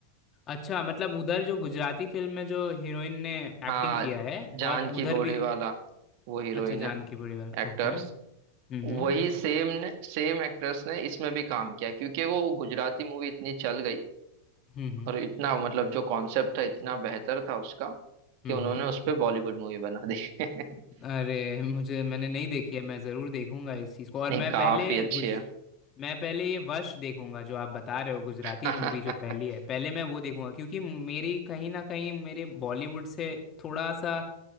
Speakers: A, on the left; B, on the right.
A: अच्छा मतलब उधर जो गुजराती फिल्म में जो हीरोइन ने एक्टिंग
B: हाँ
A: किया है
B: जानकी
A: और उधर
B: बोरीवाला
A: भी
B: वो हीरोइन
A: अच्छा जान
B: है
A: की बड़ी वाला
B: एक्टर्स
A: ओके हम्म हम्म
B: वही सेम ने सेम एक्टर्स ने इसमें भी काम किया क्योंकि वो गुजराती मूवी इतनी चल गई
A: हम्म हम्म
B: और इतना मतलब जो कॉन्सेप्ट था इतना बेहतर था उसका कि
A: हम्म।
B: उन्होंने
A: हम्म।
B: उस पे बॉलीवुड मूवी बना दी <laughs>
A: अरे मुझे मैंने नहीं देखी है मैं ज़रूर देखूंगा इस चीज़ को और
B: नहीं
A: मैं
B: काफी
A: पहले
B: अच्छी
A: गुज
B: है
A: मैं पहले ये वश देखूंगा जो आप बता रहे हो गुजराती
B: <laughs>
A: मूवी जो पहली है पहले मैं वो देखूंगा क्योंकि मेरी कहीं ना कहीं मेरे बॉलीवुड से थोड़ा सा